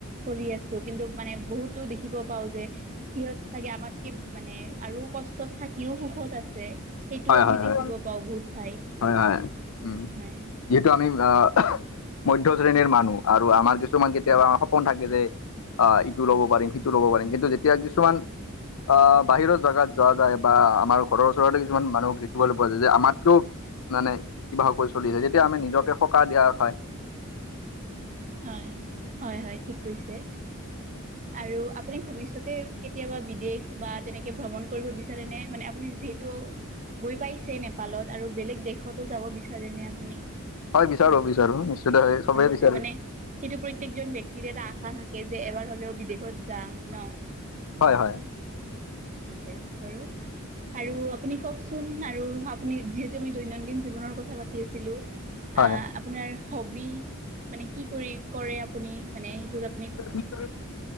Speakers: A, on the right (about 35°); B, on the left (about 80°).
A: চলি আছো। কিন্তু মানে বহুতো দেখিব পাওঁ যে সিহঁত চাগে আমাতকে মানে আৰু কষ্টত থাকিও সুখত আছে। সেইটোও
B: হয়
A: আমি
B: হয় হয়
A: দেখিব পাওঁ বহুত ঠাইত
B: হয় হয় উম।
A: হয়।
B: যিহেতু আমি আহ মধ্য শ্ৰেণীৰ মানুহ আৰু আমাৰ কিছুমান কেতিয়াবা আমাৰ সপোন থাকে যে আহ ইটো ল'ব পাৰিম সিটো ল'ব পাৰিম। কিন্তু যেতিয়া কিছুমান আহ বাহিৰৰ জেগাত যোৱা যায় বা আমাৰ ঘৰৰ ওচৰতে কিছুমান মানুহ দেখিবলৈ পোৱা যায় যে আমাতকেও মানে কিবাকৈ চলিছে যেতিয়া আমি নিজকে সকাহ দিয়া হয়।
A: হয়, হয়, হয়, ঠিক কৈছে। আৰু আপুনি ভৱিষ্যতে কেতিয়াবা বিদেশ বা তেনেকে ভ্ৰমণ কৰিব বিচাৰে নে মানে আপুনি যিহেতু গৈ পাইছে নে পালত আৰু বেলেগ দেশতো যাব বিচাৰে ন আপুনি?
B: হয়, বিচাৰো বিচাৰো নিশ্চয়তে হয় চবেই বিচাৰিম।
A: হয় মানে সেইটো প্ৰত্যেকজন ব্যক্তিৰে এটা আশা থাকে যে এবাৰ হ'লেও বিদেশত যাম ন
B: হয়, হয়।
A: ঠিক আছে বাৰু আৰু আপুনি কওঁকচোন আৰু যিহেতু আমি দৈনন্দিন জীৱনৰ কথা পাতি আছিলো
B: হয়
A: আহ আপোনাৰ হবি মানে কি কৰি কৰে আপুনি মানে সেইটো
B: <unintelligible> ভাল